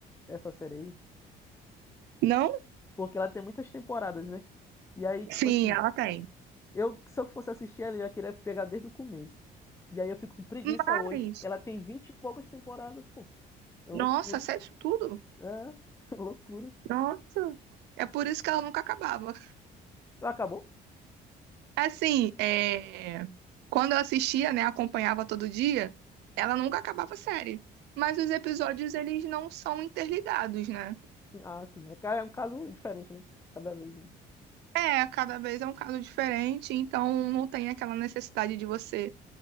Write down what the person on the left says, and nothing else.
essa série aí?
Porque ela tem muitas temporadas, né? E aí, tipo
assim,
eu, se eu fosse assistir ela, eu ia querer pegar desde o começo. E aí eu fico com preguiça
hoje. Ela tem vinte e poucas temporadas, pô. É loucura.
É, <laughs> loucura.
Acabou?
Sim, Ah, sim. É, ca- é um caso diferente, né? Cada vez um.